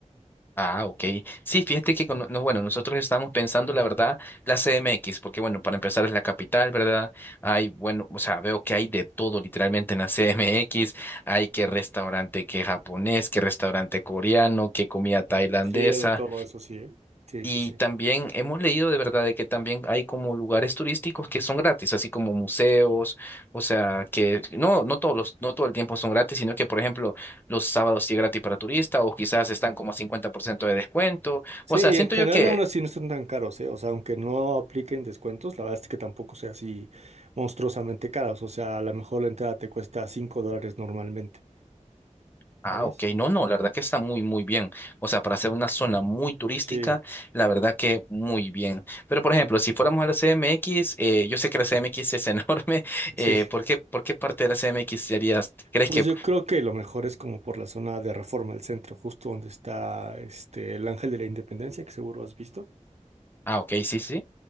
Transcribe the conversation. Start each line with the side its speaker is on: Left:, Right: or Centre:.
Left: ah, ok. Sí, fíjate que, con- no, bueno, nosotros estamos pensando, la verdad, la CMX, porque, bueno, para empezar es la capital, ¿verdad? Hay, bueno, o sea, veo que hay de todo literalmente en la CMX. Hay que restaurante que japonés, que restaurante coreano, que comida tailandesa.
Right: Sí, de todo eso sí, ¿eh? Sí, sí,
Left: Y
Right: sí.
Left: también hemos leído de verdad de que también hay como lugares turísticos que son gratis, así como museos, o sea, que no, no todos los, no todo el tiempo son gratis, sino que, por ejemplo, los sábados sí es gratis para turista, o quizás están como a 50% de descuento.
Right: Sí,
Left: O sea,
Right: y
Left: siento
Right: en general
Left: yo que,
Right: aún así no son tan caros, ¿eh? O sea, aunque no apliquen descuentos, la verdad es que tampoco sea así monstruosamente caros. O sea, a lo mejor la entrada te cuesta 5 dólares normalmente,
Left: ah,
Right: ¿sabes?
Left: ok, no, no, la verdad que está muy, muy bien. O sea, para ser una zona muy turística,
Right: Sí,
Left: la verdad que muy bien. Pero, por ejemplo, si fuéramos a la CMX, eh, yo sé que la CMX es enorme. <laughs> Eh,
Right: sí.
Left: ¿por qué, por qué parte de la CMX serías, crees
Right: Pues
Left: que
Right: yo creo que lo mejor es como por la zona de Reforma, el centro, justo donde está este, el Ángel de la Independencia, que seguro has visto.
Left: Ah, ok, sí, sí.